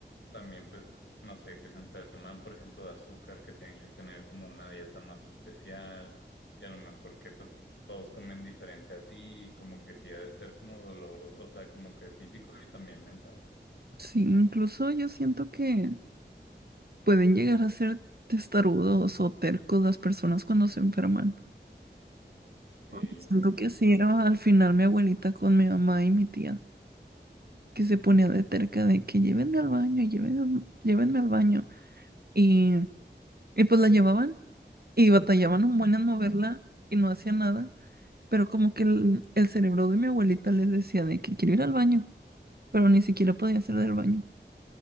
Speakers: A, on the left; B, on the right.
A: también pues, no sé, que se enferman, por ejemplo, de azúcar, que tienen que tener como una dieta más especial y a lo mejor que pues todos comen diferente a ti, y como que sí ha de ser como dolor, o sea, como que físico y también mental.
B: Sí, incluso yo siento que pueden llegar a ser testarudos o tercos las personas cuando se enferman.
A: Sí,
B: Porque siento
A: no manches,
B: que así era al final mi abuelita con mi mamá y mi tía, que se ponía de terca de que llévenme al baño, llévenme, llévenme al baño. Y, y pues la llevaban y batallaban un buen en moverla y no hacía nada. Pero como que el, el cerebro de mi abuelita les decía de que quiero ir al baño, pero ni siquiera podía hacer del baño.